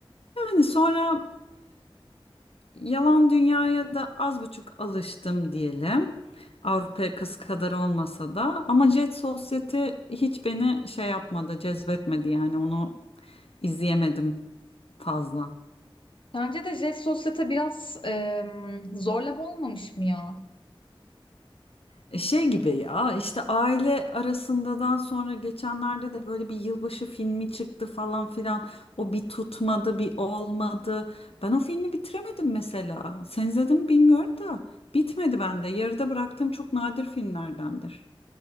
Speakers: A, on the left (about 85°); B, on the left (about 60°).
A: yani sonra Yalan dünyaya da az buçuk alıştım diyelim. Avrupa yakası kadar olmasa da ama Jet Society hiç beni şey yapmadı, cezbetmedi yani onu izleyemedim fazla.
B: Sence de Jet Sosyete biraz em, zorlama olmamış mı ya?
A: E, Şey gibi ya işte aile arasındadan sonra geçenlerde de böyle bir yılbaşı filmi çıktı falan filan. O bir tutmadı, bir olmadı. Ben o filmi bitiremedim mesela. Sen izledin mi bilmiyorum da bitmedi bende. Yarıda bıraktığım çok nadir filmlerdendir.